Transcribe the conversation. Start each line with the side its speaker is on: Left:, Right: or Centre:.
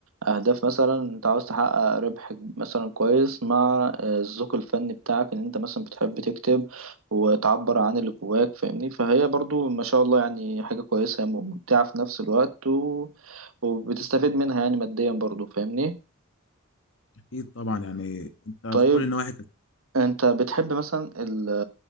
Right: اهداف مثلا انت عاوز تحقق ربح مثلا كويس مع آه، الذوق الفني بتاعك ان انت مثلا بتحب تكتب وتعبر عن اللي جواك فاهمني فهي برضو ما شاء الله يعني حاجه كويسه ممتعه في نفس الوقت و... وبتستفيد منها يعني ماديا برضو فاهمني
Left: اكيد طبعا يعني انت في
Right: طيب
Left: كل النواحي كانت
Right: انت بتحب مثلا ال-